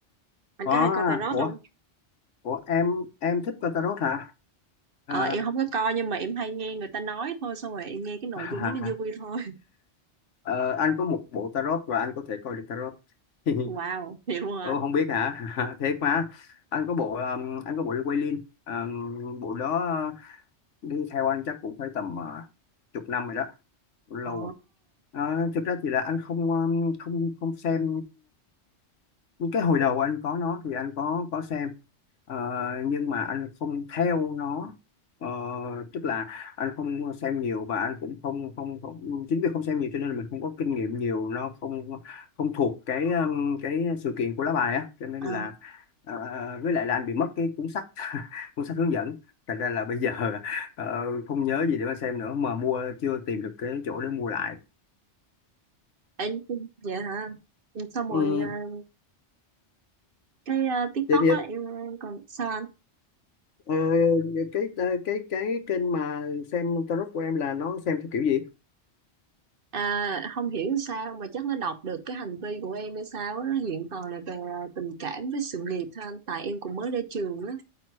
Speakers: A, on the right; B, on the left.
A: Anh
B: Có,
A: có
B: à,
A: hay coi tarot
B: ủa,
A: không?
B: ủa em em thích coi tarot hả? À,
A: Ờ em không có coi nhưng mà em hay nghe người ta nói thôi xong rồi em nghe cái nội
B: <laughs>
A: dung đó nó vui thôi. <laughs>
B: ờ, anh có một bộ tarot và anh có thể coi được tarot. <laughs>
A: Wow, thiệt luôn hả
B: Ồ,
A: anh?
B: không biết hả? <laughs> Thế quá. Anh có bộ um, anh có bộ Wailing, um, bộ đó đi theo anh chắc cũng phải tầm ờ, chục năm rồi đó, lâu
A: Ờ,
B: rồi. Ờ, thực ra thì là anh không um, không không xem cái hồi đầu anh có nó thì anh có có xem Ờ, nhưng mà anh không theo nó Ờ, tức là anh không xem nhiều và anh cũng không không, không chính vì không xem nhiều cho nên là mình không có kinh nghiệm nhiều nó không không thuộc cái um, cái sự kiện của lá bài á cho nên
A: ờ,
B: là ờ, với lại là anh bị mất cái cuốn sách <laughs> cuốn sách hướng dẫn thành ra là bây giờ ờ, không nhớ gì để mà xem nữa mà mua chưa tìm được cái chỗ để mua lại
A: Ê, dạ hả? Xong
B: ừ,
A: rồi ờ, cái ờ, TikTok
B: thế thì
A: á em ờ, còn sao anh?
B: Ờ, cái cái cái kênh mà xem tarot của em là nó xem theo kiểu gì?
A: À, không hiểu sao mà chắc nó đọc được cái hành vi của em hay sao á, nó hiện toàn là về ờ, tình cảm với sự nghiệp thôi anh, tại em cũng mới ra trường á.